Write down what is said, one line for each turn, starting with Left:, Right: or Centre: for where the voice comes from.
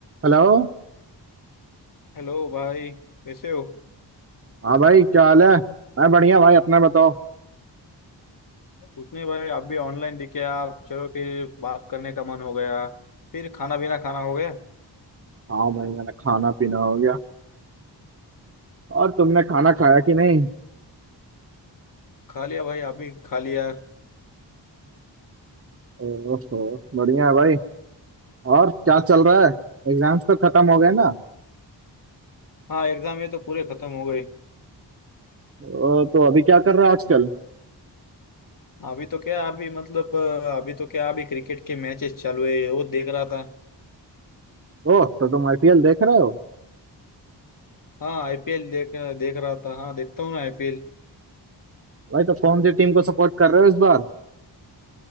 Right: Hello
Left: Hello भाई कैसे हो
Right: हाँ भाई क्या हाल है मैं बढ़िया भाई अपना बताओ
Left: कुछ नहीं भाई आप भी ऑनलाइन दिखे आप चलो फिर बात करने का मन हो गया फिर खाना पीना खाना हो गया
Right: हाँ भाई मैंने खाना पीना हो गया और तुमने खाना खाया कि नहीं
Left: खा लिया भाई आप भी खा लिया
Right: ओहो बढ़िया है भाई और क्या चल रहा है एग्जाम्स तो खत्म हो गए ना
Left: हाँ एग्जाम ये तो पूरे खत्म हो गए
Right: ओ, तो अभी क्या कर रहे हो आजकल
Left: अभी तो क्या अभी मतलब अ, अभी तो क्या अभी क्रिकेट के मैचेस चालू है वो देख रहा था
Right: ओ तो तुम आईपीएल देख रहे हो
Left: हाँ आईपीएल देख देख रहा था हाँ देखता हूँ ना आईपीएल
Right: भाई तो कौन सी टीम को सपोर्ट कर रहे हो इस बार